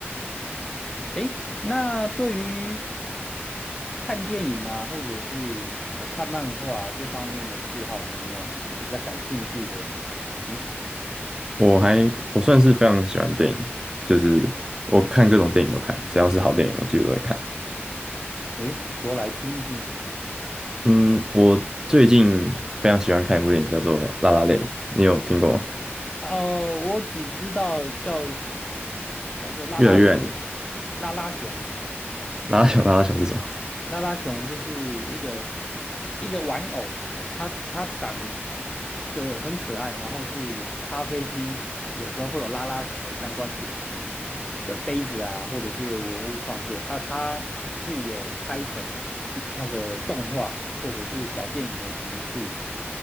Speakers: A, on the left (about 15°); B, on the right (about 15°).
A: 诶，那对于看电影啊，或者是呃看漫画啊这方面的嗜好，有没有呃比较感兴趣的题材？
B: 我还我算是非常喜欢电影的就是我看各种电影都看，只要是好电影我几乎都会看。
A: 诶，说来听听。
B: 嗯，我最近非常喜欢看一部电影叫做《拉拉 La Land 你有听过吗？
A: 哦，我只知道叫叫做拉拉
B: 越来越爱你，
A: 拉拉熊啊。
B: 拉拉想拉拉想是什么
A: 拉拉熊就是一个一个玩偶，它它长得很可爱，然后是咖啡厅有时候会有拉拉熊的相关主题的杯子啊，或者是文物创作啊，它是有拍成一那个动画或者是小电影的形式。